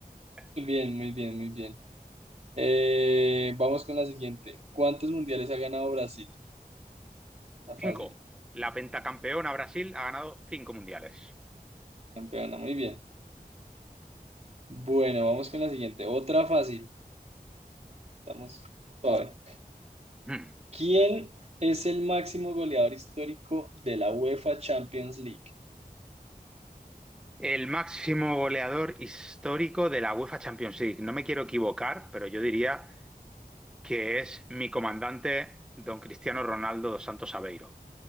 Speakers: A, on the right (about 45°); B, in the centre.
A: Bien,
B: <laughs>
A: muy bien, muy bien. Eh, vamos con la siguiente. ¿Cuántos mundiales ha ganado Brasil? Está
B: Cinco.
A: fácil,
B: La pentacampeona Brasil ha ganado cinco mundiales.
A: campeona, muy bien. Bueno, vamos con la siguiente. Otra fácil. Estamos suave.
B: Mm.
A: ¿Quién es el máximo goleador histórico de la UEFA Champions League?
B: El máximo goleador histórico de la UEFA Champions League. No me quiero equivocar, pero yo diría que es mi comandante, don Cristiano Ronaldo dos Santos Aveiro.